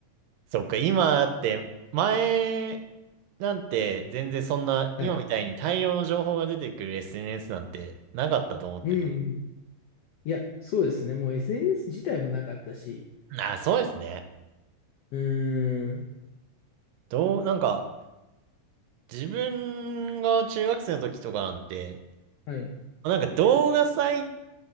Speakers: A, on the right (about 85°); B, on the left (about 80°).
A: そっか、今だって、前なんて全然そんな、
B: はい。
A: 今みたいに大量の情報が出てくる SNS なんてなかったと思ってて。
B: うんうん。いや、そうですね。もう SNS 自体もなかったし。
A: ああ、そうですね。
B: うーん。
A: どう、なんか、自分が中学生の時とかなんて、
B: はい。
A: なんか動画サイ